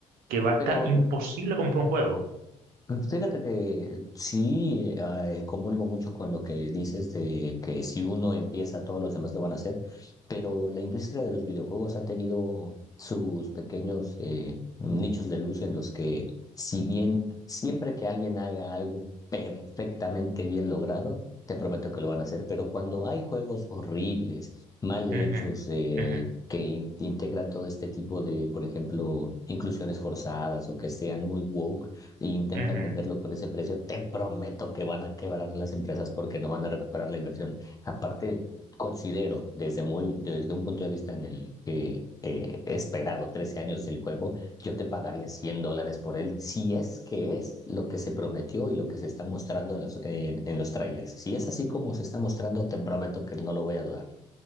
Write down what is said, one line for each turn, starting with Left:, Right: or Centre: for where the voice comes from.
Right: Que va a estar
Left: Pero
Right: imposible comprar un juego.
Left: Fíjate que sí, eh, ah, eh, comulgo mucho con lo que dices de que si uno empieza, todos los demás lo van a hacer, pero la industria de los videojuegos ha tenido sus pequeños eh, nichos de luz en los que, si bien siempre que alguien haga algo perfectamente bien logrado, te prometo que lo van a hacer, pero cuando hay juegos horribles, mal hechos,
Right: Ujú,
Left: eh,
Right: ujú,
Left: que in- integran todo este tipo de, por ejemplo, inclusiones forzadas o que sean muy wow si intentan
Right: ujú.
Left: venderlo con ese precio, te prometo que van a quebrar las empresas porque no van a recuperar la inversión. Aparte, considero desde muy, desde un punto de vista en el que eh, he esperado 13 años del juego, yo te pagaría 100 dólares por él si es que es lo que se prometió y lo que se está mostrando en los, en, en los trailers. Si es así como se está mostrando, te prometo que no lo voy a dudar.